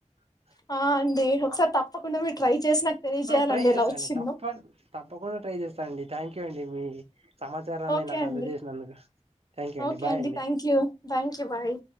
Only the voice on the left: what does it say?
హ అండి ఒకసారి తప్పకుండా మీరు ట్రై చేసి నాకు తెలియజేయాలండి
ఎలా వచ్చిందో
ఓకే
అండి
ఓకే
thank you thank you bye